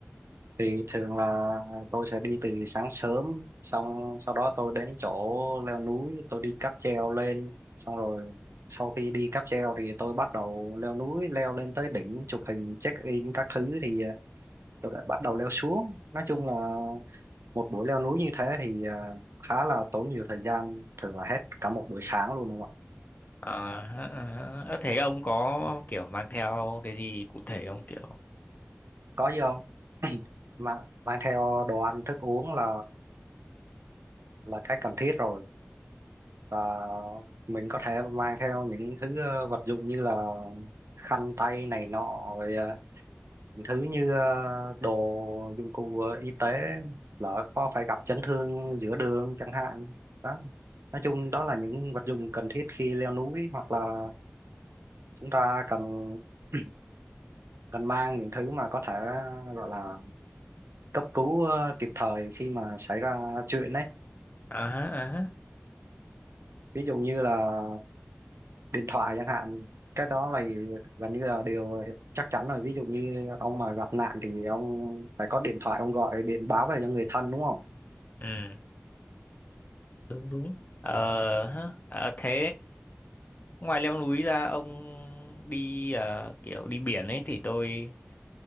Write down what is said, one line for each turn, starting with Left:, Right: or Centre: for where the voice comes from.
Right: thì thường là tôi sẽ đi từ sáng sớm xong sau đó tôi đến chỗ leo núi tôi đi cáp treo lên xong rồi sau khi đi cáp treo thì tôi bắt đầu leo núi leo lên tới đỉnh chụp hình check in các thứ thì ờ, tôi lại bắt đầu leo xuống nói chung là một buổi leo núi như thế thì ờ, khá là tốn nhiều thời gian thường là hết cả một buổi sáng luôn đúng không ạ
Left: À, hả, à, hả. Ơ, thế ông có kiểu mang theo cái gì cụ thể không kiểu
Right: có gì không mà mang theo đồ ăn thức uống là là cái cần thiết rồi và mình có thể mang theo những thứ ờ, vật dụng như là khăn tay này nọ rồi ờ, những thứ như ờ, đồ dụng cụ ờ, y tế lỡ có phải gặp chấn thương giữa đường chẳng hạn đó nói chung đó là những vật dụng cần thiết khi leo núi hoặc là chúng ta cần <clears throat> cần mang những thứ mà có thể gọi là cấp cứu ờ, kịp thời khi mà xảy ra chuyện đấy
Left: à hả, à hả.
Right: ví dụ như là điện thoại chẳng hạn cái đó là gần như là điều chắc chắn rồi ví dụ như ông mà gặp nạn thì ông phải có điện thoại ông gọi điện báo về cho người thân đúng không
Left: ừ đúng đúng ờ hả. Ờ, thế ngoài leo núi ra ông đi ờ, kiểu đi biển ấy thì tôi